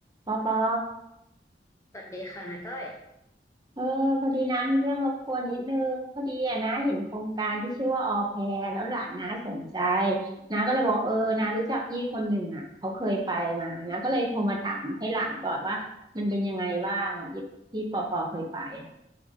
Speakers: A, on the right; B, on the left.
A: ปอปอ
B: สวัสดีค่ะนาก้อย
A: เออพอดีนะมีเรื่องรบกวนนิดนึงพอดีอะนะเห็นโครงการที่ชื่อว่าออแพรแล้วหลานน้าสนใจน้าก็เลยบอกเออน้ารู้จักพี่คนหนึ่งอ่ะเขาเคยไปมานะาก็เลยโทรมาถามให้หลานก่อนว่ามันเป็นยังไงบ้างอ่ะที่ที่ปอปอเคยไปอะ